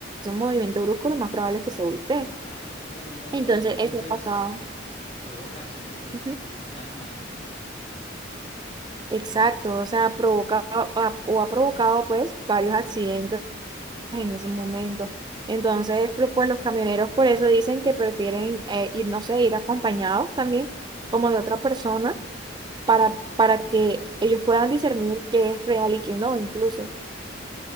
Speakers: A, on the right; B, on the left.
A: un movimiento brusco, lo más probable es que se voltee.
B: Ay, ay, ay, ay,
A: Entonces,
B: ay. Entonces
A: eso ha pasado.
B: provoca accidentes,
A: Ujú.
B: el fantasma este.
A: Exacto, o sea, provoca o o ha provocado pues varios accidentes en ese momento. Entonces, pero, pues los camioneros por eso dicen que prefieren eh, ir, no sé, ir acompañados también, como de otra persona, para, para que ellos puedan discernir qué es real y qué no, incluso.